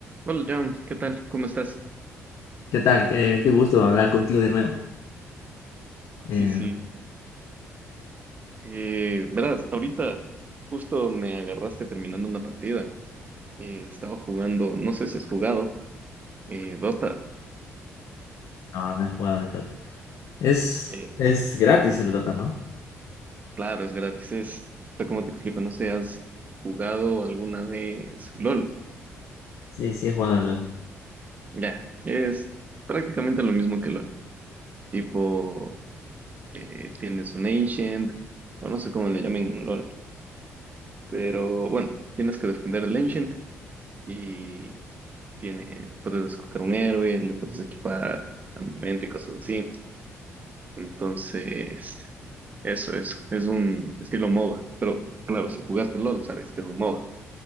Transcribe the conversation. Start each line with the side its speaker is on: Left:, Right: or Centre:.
Right: Hola John, ¿qué tal? ¿Cómo estás?
Left: ¿Qué tal? Qué, qué gusto hablar contigo de nuevo. Eh,
Right: Sí, sí. Eh, verás, ahorita justo me agarraste terminando una partida. Eh, estaba jugando, no sé si has jugado, eh, Dota.
Left: no, no he jugado al Dota. Es,
Right: Eh,
Left: es gratis el Dota, ¿no?
Right: claro, es gratis, es, o sea, ¿cómo te explico? No sé, ¿has jugado alguna vez LOL?
Left: Sí, sí he jugado al LoL.
Right: Ya, es prácticamente lo mismo que LOL. Tipo, eh, tienes un Ancient, o no sé cómo le llamen en LOL, pero bueno, tienes que defender el Ancient y Tiene, puedes escoger un héroe, le puedes equipar armamento y cosas así. Entonces, eso, eso. Es un estilo MOBA. Pero claro, si jugaste LOL, sabes que es un MOBA.